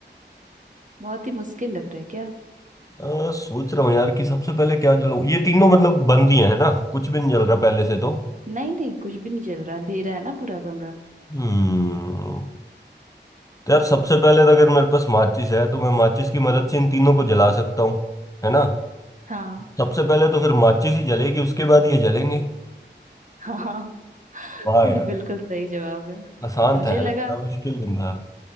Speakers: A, on the right; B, on the left.
A: बहुत ही मुश्किल लग रहा है क्या
B: अ, सोच रहा हूँ यार कि सबसे पहले क्या जलाऊं ये तीनों मतलब बंद ही है ना कुछ भी नहीं जल रहा पहले से तो
A: नहीं नहीं कुछ भी नहीं चल रहा अंधेरा है ना पूरा कमरा
B: हम्म तो यार सबसे पहले तो अगर मेरे पास माचिस है तो मैं माचिस की मदद से इन तीनों को जला सकता हूँ है ना
A: हाँ
B: सबसे पहले तो फिर माचिस ही जलेगी उसके बाद ये जलेंगे
A: हाँ <laughs>
B: वाह यार
A: बिल्कुल सही जवाब है
B: आसान
A: मुझे
B: था यार
A: लगा
B: इतना मुश्किल भी नहीं था